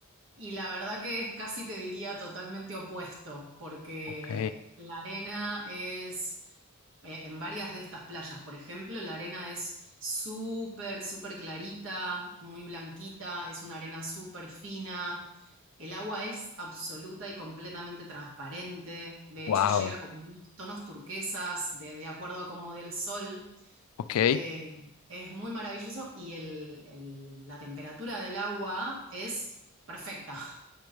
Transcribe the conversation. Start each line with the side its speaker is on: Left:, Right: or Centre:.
Right: Y la verdad que es casi te diría totalmente opuesto, porque
Left: Ok,
Right: la arena es, eh, en varias de estas playas, por ejemplo, la arena es súper, súper clarita, muy blanquita, es una arena súper fina, el agua es absoluta y completamente transparente, de
Left: wow.
Right: hecho llega como unos tonos turquesas, de, de acuerdo a cómo dé el sol.
Left: Ok.
Right: eh, es muy maravilloso y el- el- la temperatura del agua es perfecta.